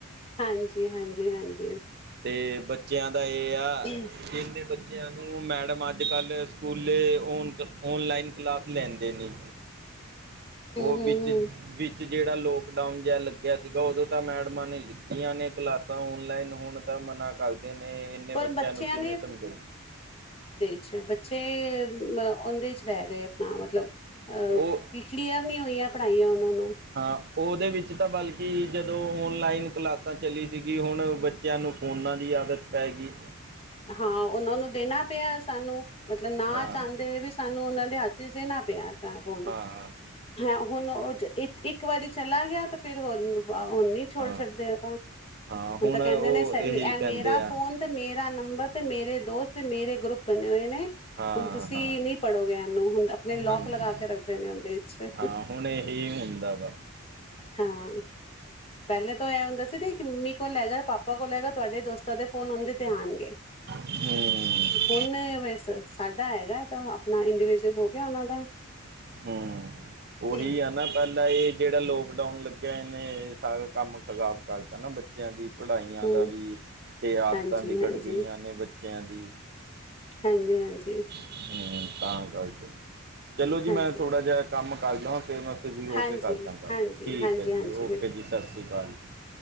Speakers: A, on the left; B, on the right.
A: ਹਾਂਜੀ, ਹਾਂਜੀ, ਹਾਂਜੀ।
B: ਤੇ ਬੱਚੇਆਂ ਦਾ ਏਆ,
A: ਹੂੰ
B: ਜਿੰਨੇ ਬ ਚੇਆਂ ਨੂੰ ਮੈਡਮ ਅੱਜ-ਕੱਲ ਸਕੂਲੇ ਔਨ ਔਨਲਾਈਨ ਕਲਾਸ ਲੈਂਦੇ ਨੇ ਓ
A: ਹੂੰ
B: ਵਿੱਚ,
A: ਹੂੰ
B: ਵਿ ਚ ਜੇੜਾ ਲੋਕਡਾਊਨ ਜੇਆ ਲੱਗੇਆ ਸੀਗਾ, ਓਦੋ ਤਾਂ ਮੈਡਮਾਂ ਨੇ ਲਿੱਤੀਆ ਨੇ ਕਲਾਸਾਂ ਔਨਲੈਨ ਹੋਣ ਤਾਂ ਮਨਾ ਕਰਦੇ ਨੇ, ਏਂਨੇ
A: ਪਰ
B: ਬੱਚੇਆਂ
A: ਬੱਚਿਆਂ
B: ਨੂੰ ਕਿਵੇਂ ਸਮਝਾਏ
A: ਅਛਾ ਬੱਚੇ, ਮ ਓਦੇ ਚ ਰੈਰੇ ਅਪਣਾ ਮਤਲਬ, ਅ
B: ਉਹ
A: ਕਿ, ਕਿਲੀਅਰ ਨੀ ਹੋਈਆਂ ਪੜਾਈ ਓਨਾ ਨੂੰ
B: ਹਾਂ, ਓਦੇ ਵਿੱਚ ਤਾਂ ਬਲਕਿ ਜ ਦੋਂ ਓਨਲਾਈਨ ਕਲਾਸਾਂ ਚੱਲੀ ਸੀਗੀ, ਹੋਣ ਬੱਚੇਆ ਨੂੰ ਫੋਨਾਂ ਦੀ ਆਦਤ ਪੈ ਗੀ।
A: ਹਾਂ, ਉਨਾਂ ਨੂੰ ਦੇਣਾ ਪਯਾ ਸਾਨੂੰ, ਮਤਲਬ ਨਾ
B: ਹਾਂ
A: ਚਾੰਦੇ ਹੋੲ ਵੀ ਸਾਨੂੰ ਉਨਾਂ ਦੇ ਹੱਥ ਚ ਦੇਣਾ ਪਯੈ ਫੋਨ,
B: ਹਾਂ
A: ਹੈ ਹੁਣ ਉਹ ਚ ੲਕ ਇੱਕ ਵਾਰੀ ਚਲਾ ਗਯਾ, ਤੇ ਫੇਰ ਹੁਣ ਨੀ ਛੋੜ
B: ਹਾਂ
A: ਸਕਦੇ ਐ ਤਾਂ,
B: ਹਾਂ
A: ਹੁਣ ਤਾਂ ਕਹਿੰਦੇ
B: ਉਹ
A: ਨੇ
B: ਇਹੀ
A: ਏ
B: ਕਹਿੰਦੇ
A: ਮੇਰਾ
B: ਆ
A: ਫੋਨ ਤੇ ਮੇਰਾ ਨੰਬਰ, ਤੇ ਮੇਰੇ ਦੋਸਤ, ਮੇਰੇ ਗਰੁੱਪ, ਬਣੇ ਹੋਏ ਨੇ।
B: ਹਾਂ
A: ਹੁਣ ਤੁਸੀ
B: ਹਾਂ
A: ਨੀ ਪੜੋਗੇ ਏਨੂੰ, ਹੁਣ ਅਪਣੇ ਲੋਕ
B: ਹਾਂਜੀ
A: ਲਗਾ ਕੇ ਰੱਖਦੇ ਨੇ ਉਂਦੇ ਚ।
B: ਹਾਂ, ਹੁਣ ਏਹੀ ਹੁੰਦਾ ਵਾ।
A: ਹਾਂ। ਪਹਿਲੇ ਤੋਂ ਏਹ ਹੁੰਦਾ ਸੀ, ਇਕ ਮੰਮੀ ਕੋਲ ਹੈਗਾ, ਪਾਪਾ ਕੋਲ ਹੈਗਾ, ਤਵਾਡੇ ਦੋਸਤਾਂ ਦੇ ਫੋਨ ਉੱਥੇ ਚ ਤੇ ਆਣਗੇ।
B: ਹੂੰ
A: ਹੁਣ ਬਸ ਸਾਡਾ ਹੈਗਾ, ਤਾਂ ਆਪਣਾ ਇੰਡਵਿਜਅਲ ਹੋ ਗਯਾ ਉਨਾਂ ਦਾ।
B: ਹਮ, ਉਹੀ
A: ਹੂੰ
B: ਐ ਨਾ ਪਹਿਲ ਏਹ ਜੇੜਾ ਲੋਕਡਾਊਨ ਲੱਗਿਆ ਇਨੇ, ਸਾਰਾ ਕੰਮ ਖਰਾਬ ਕਰਤਾ ਨਾ ਬੱਚੇ ਬੱਚਿਆਂ ਦੀ ਪੜਾਈਆਂ
A: ਹੂੰ
B: ਦਾ ਵੀ, ਤੇ ਆਦਤਾਂ
A: ਹਾਂਜੀ
B: ਵਿਗੜ
A: ਹਾਂਜੀ
B: ਗਈਆਂ ਨੇ ਬੱਚਿਆਂ ਦੀ।
A: ਹਾਂਜੀ- ਹਾਂਜੀ।
B: ਹਮ, ਤਾਂ ਗੱਲਤ ਏ, ਚਲੋ ਜੀ,
A: ਹਾਂਜੀ
B: ਮੈਂ ਥੋੜਾ ਜਿਹਾ ਕੰਮ ਕਰ ਲਾ, ਫੇਰ ਮੈਂ ਫ੍ਰੀ ਹੋ
A: ਹਾਂਜੀ
B: ਕੇ ਕਰ ਦਾ ਗੱਲ,
A: ਹਾਂਜੀ
B: ਠੀਕ
A: ਹਾਂਜੀ
B: ਹੈ
A: ਹਾਂਜੀ
B: ਜੀ, ਓਕੇ ਜੀ, ਸਸ ਰੀ ਕਾਲ ਜੀ।